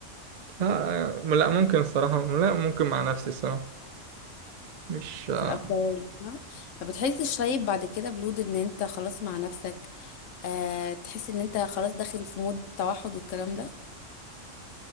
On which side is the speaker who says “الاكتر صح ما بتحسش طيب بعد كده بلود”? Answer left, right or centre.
Left